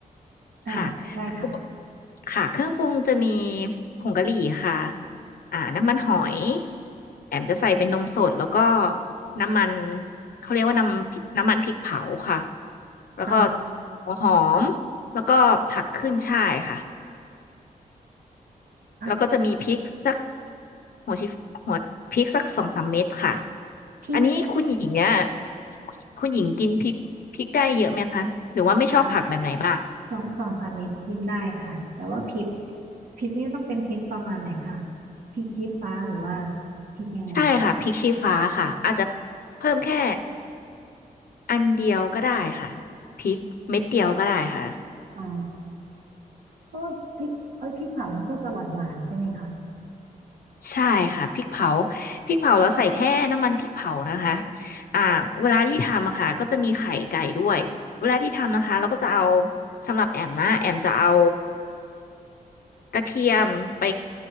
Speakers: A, on the right; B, on the left.
A: อ่ะได้ค่ะ
B: ค่ะอุปค่ะ เครื่องปรุงจะมีผงกะหรี่ค่ะอ่าน้ำมันหอย แอมจะใส่เป็นนมสด แล้วก็น้ำมัน เขาเรียกว่าน้ำพริน้ำมันพริกเผาค่ะ แล้วก็
A: อ่า
B: หัวหอม แล้วก็ผักขึ้นฉ่ายค่ะ
A: อ่ะ
B: แล้วก็จะมีพริกสักหัวชิหัวพริกสักสองสามเม็ดค่ะ
A: พริกเนี่ย
B: อันนี้คุณหญิงเนี่ยคุณหญิงกินพริกพริกได้เยอะไหมคะ หรือว่าไม่ชอบผักแบบไหนบ้าง
A: อ่า สองสองสามเม็ดกินได้ค่ะแต่ว่าพริกพริกนี่ต้องเป็นพริกประมาณไหนคะพริกชี้ฟ้าหรือว่าพริกยังไง
B: ใช่ค่ะพริกชี้ฟ้าค่ะอาจจะเพิ่มแค่อันเดียวก็ได้ค่ะพริกเม็ดเดียวก็ได้ค่ะ
A: อ๋อเพราะว่าพริกเอ้ยพริกเผานี่ก็จะหวานหวานใช่ไหมคะ
B: ใช่ค่ะพริกเผาพริกเผาแล้วใส่แค่น้ำมันพริกเผานะคะอ่าเวลาที่ทำอะค่ะก็จะมีไข่ไก่ด้วยเวลาที่ทำนะคะเราก็จะเอาสำหรับแอมนะแอมจะเอา กระเทียมไป